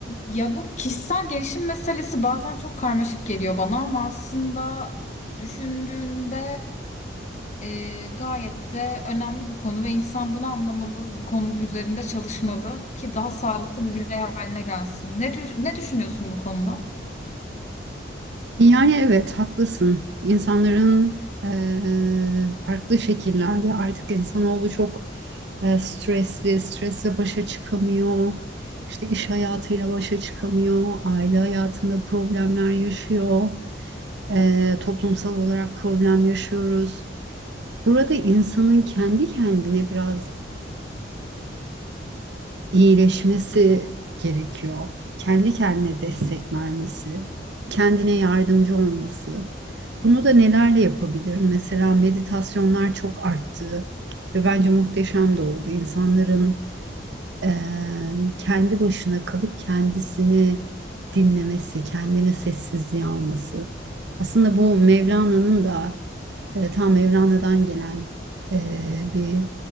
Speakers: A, on the left; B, on the right.
A: Ya bu kişisel gelişim meselesi bazen çok karmaşık geliyor bana ama aslında düşündüğünde e, gayet de önemli bir konu ve insan bunu anlamalı, bu konu üzerinde çalışmalı ki daha sağlıklı bir birey haline gelsin. Ne düş- ne düşünüyorsun bu konuda?
B: Yani evet haklısın. İnsanların eee, farklı şekillerde artık insanoğlu çok eee, stresli, stresle başa çıkamıyor. İşte iş hayatıyla başa çıkamıyor. Aile hayatında problemler yaşıyor. Eee, toplumsal olarak problem yaşıyoruz. Burada insanın kendi kendine biraz iyileşmesi gerekiyor. Kendi kendine destek vermesi, kendine yardımcı olması. Bunu da nelerle yapabilir? Mesela meditasyonlar çok arttı ve bence muhteşem de oldu. İnsanların eee, kendi başına kalıp kendisini dinlemesi, kendine sessizliğe alması. Aslında bu Mevlana'nın da e, tam Mevlana'dan gelen e, bir